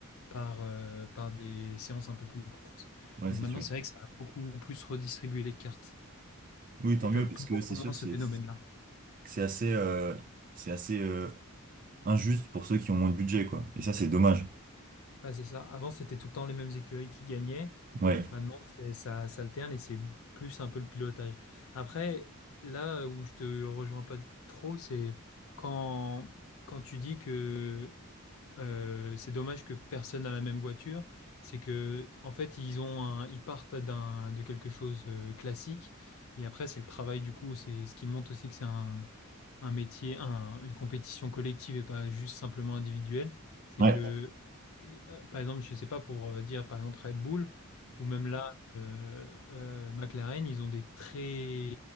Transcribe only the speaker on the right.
Ouais,
c'est
sûr.
Oui, tant
mieux
parce que
c'est
sûr que
c'est
que c'est assez euh, c'est assez euh, injuste pour ceux qui ont moins de budget quoi. Et ça c'est dommage.
Ouais.
Ouais.